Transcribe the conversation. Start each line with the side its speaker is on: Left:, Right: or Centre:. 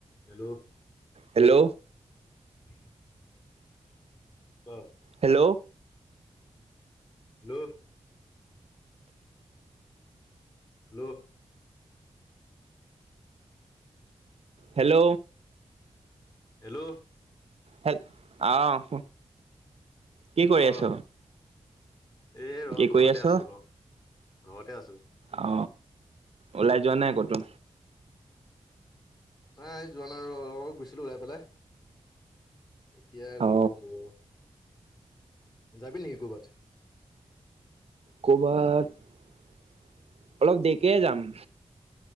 Left: Hello.
Right: Hello.
Left: ক।
Right: Hello.
Left: Hello. Hello.
Right: Hello.
Left: Hello.
Right: Hello আহ। কি কৰি
Left: ক
Right: আছ
Left: এ ৰ
Right: কি
Left: ঘৰতে
Right: কৰি আছ
Left: আছো ৰ ঘৰতে আছো <unintelligible>
Right: অ, ওলাই যোৱা নাই কতো?
Left: নাই যোৱা নাই অলপ গৈছিলো ওলাই পেলাই। এতিয়া
Right: অ
Left: ঘৰতে আছো বাৰু। যাবি নেকি কৰ'বাত।
Right: ক'ৰবাত অলপ দেৰিকে যাম।